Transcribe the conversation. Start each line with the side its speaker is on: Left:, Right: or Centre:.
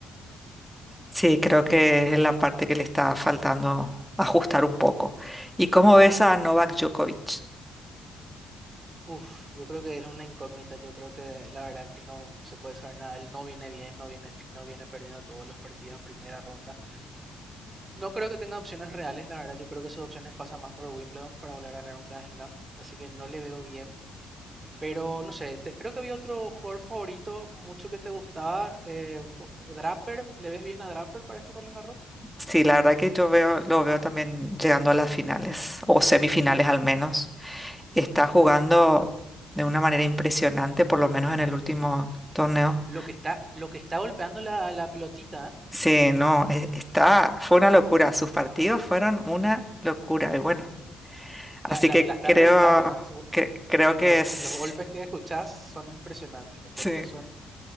Centre: sí, creo que es la parte que le está faltando ajustar un poco. ¿Y cómo ves a Novak Djokovic?
Right: Uf, yo creo que es una incógnita, yo creo que la verdad que no, no se puede saber nada, él no viene bien, no viene fino, viene perdiendo todos los partidos en primera ronda. No creo que tenga opciones reales, la verdad, yo creo que sus opciones pasan más por Wimbledon para volver a ganar un Grand Slam, así que no le veo bien. Pero no sé, te- creo que había otro jugador favorito, mucho que te gustaba, eh, co- Draper, ¿le ves bien a Draper para este Roland Garros?
Centre: Sí, la verdad que yo veo, lo veo también llegando a las finales, o semifinales al menos. Está jugando de una manera impresionante, por lo menos en el último torneo.
Right: Lo que está, lo que está golpeando la, la pelotita, ¿eh?
Centre: Sí, no, e- está, fue una locura. Sus partidos fueron una locura. Y bueno, así
Right: La, la-
Centre: que
Right: la está
Centre: creo
Right: reventando, ¿eh?
Centre: que creo que
Right: Los,
Centre: es,
Right: los golpes que escuchás son impresionantes, los golpes
Centre: sí.
Right: son